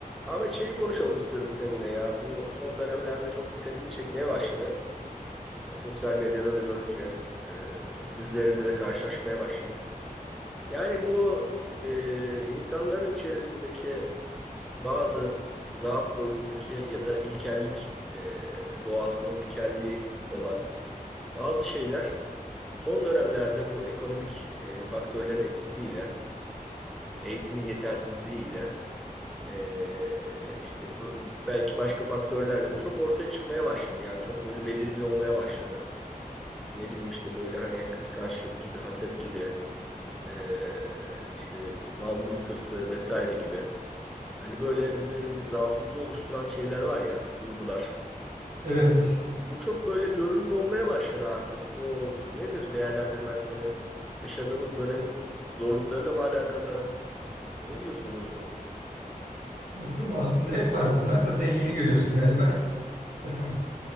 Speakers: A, in the centre; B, on the right.
A: Ahmet şeyi konuşalım istiyorum seninle ya. Bu son dönemlerde çok dikkatimi çekmeye başladı. E, sosyal medyada da görünce e, Türk dizilerinde de karşılaşmaya başladım. Yani bu e, insanların içerisindeki bazı zaaf boyutundaki ya da ilkellik e, doğasının ilkelliği olan bazı şeyler son dönemlerde bu ekonomik e, faktörlerin etkisiyle, eğitimin yetersizliğiyle Ee, işte bu- belki başka faktörlerle de çok ortaya çıkmaya başladı. Yani çok böyle belirgin olmaya başladı. Ne bileyim işte böyle hani kıskançlık gibi, haset gibi, ee, işte mal mülk hırsı vesaire gibi. Hani böyle bizim bir zaafımızı oluşturan şeyler var ya, duygular.
B: Evet dostum.
A: Bu çok böyle görünür olmaya başladı artık. Bu nedir değerlendirmen senin? Yaşadığımız dönemin zorluklarıyla mı alakalı? E, Ne diyorsun dostum?
B: Dostum aslında hep vardı. Bunlar da sen yeni görüyorsun galiba. <laughs>